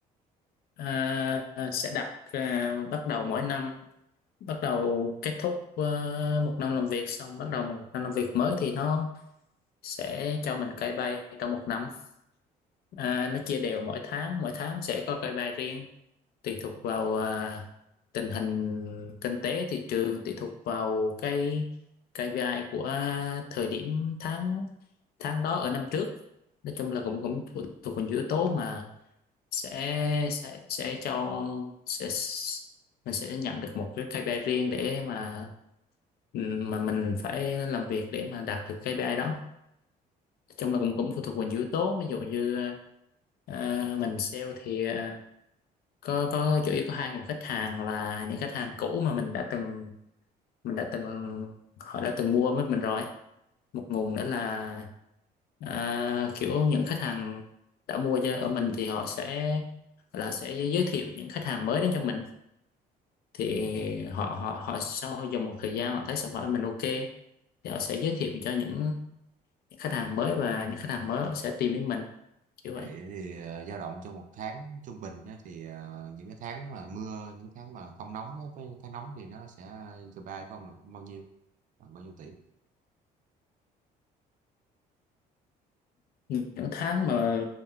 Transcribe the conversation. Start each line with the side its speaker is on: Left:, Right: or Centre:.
Left: à, sẽ đặt à, bắt đầu mỗi năm bắt đầu kết thúc ờ, một năm làm việc xong bắt đầu một năm làm việc mới thì nó sẽ cho mình KPI trong một năm à, nó chia đều mỗi tháng mỗi tháng sẽ có KPI riêng tùy thuộc vào à, tình hình kinh tế thị trường tùy thuộc vào cái KPI của thời điểm tháng tháng đó ở năm trước nói chung là cũng cũng thuộc, thuộc vào những yếu tố mà sẽ sẽ sẽ cho sẽ mình sẽ nhận được một cái KPI riêng để mà mà mình phải làm việc để mà đạt được KPI đó nói chung là cũng cũng phụ thuộc vào nhiều yếu tố ví dụ như ờ, mình sale thì uh, có có chủ yếu có hai nguồn khách hàng là những khách hàng cũ mà mình đã từng mình đã từng họ đã từng mua với mình rồi một nguồn nữa là à, kiểu những khách hàng đã mua cho ở mình thì họ sẽ là sẽ giới thiệu những khách hàng mới đến cho mình thì
Right: Ừ.
Left: họ họ họ sau dùng một thời gian họ thấy sản phẩm của mình ok thì họ sẽ giới thiệu cho những khách hàng mới và những khách hàng mới họ sẽ tìm đến mình kiểu
Right: Vậy
Left: vậy
Right: thì ờ, dao động trong một tháng trung bình á, thì ờ, những cái tháng mà mưa, những tháng mà không nóng á, với tháng nóng thì nó sẽ cho bay của ông là bao nhiêu, Khoảng bao nhiêu tỷ.
Left: những tháng mà